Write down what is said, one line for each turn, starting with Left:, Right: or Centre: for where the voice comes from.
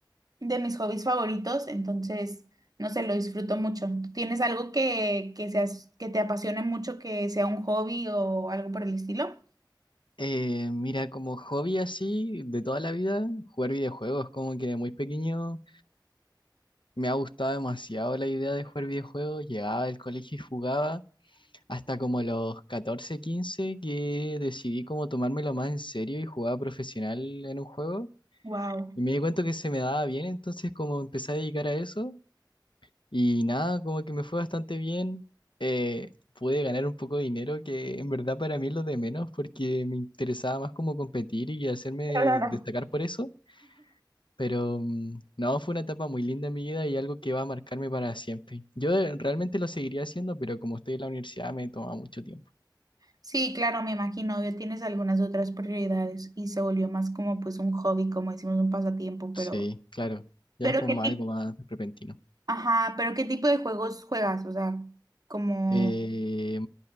Right: de mis hobbies favoritos, entonces, no sé, lo disfruto mucho. ¿Tú tienes algo que, que seas, que te apasione mucho, que sea un hobby o algo por el estilo?
Left: Eh, mira, como hobby así de toda la vida, jugar videojuegos, como que de muy pequeño me ha gustado demasiado la idea de jugar videojuegos. Llegaba del colegio y jugaba. hasta como los 14 15 que decidí como tomármelo más en serio y jugaba profesional en un juego.
Right: Wow.
Left: Y me di cuenta que se me daba bien, entonces como empecé a dedicar a eso y nada, como que me fue bastante bien. Eh, pude ganar un poco de dinero que en verdad para mí es lo de menos porque me interesaba más como competir y hacerme
Right: <laughs>
Left: destacar por eso. Pero mm, no, fue una etapa muy linda en mi vida y algo que va a marcarme para siempre. Yo eh, realmente lo seguiría haciendo, pero como estoy en la universidad me toma mucho tiempo.
Right: Sí, claro, me imagino, obvio, tienes algunas otras prioridades y se volvió más como pues un hobby, como decimos, un pasatiempo, pero,
Left: Sí, claro, ya
Right: pero
Left: es como
Right: qué tipo,
Left: algo más repentino.
Right: ajá, pero qué tipo de juegos juegas, o sea, como,
Left: Eh,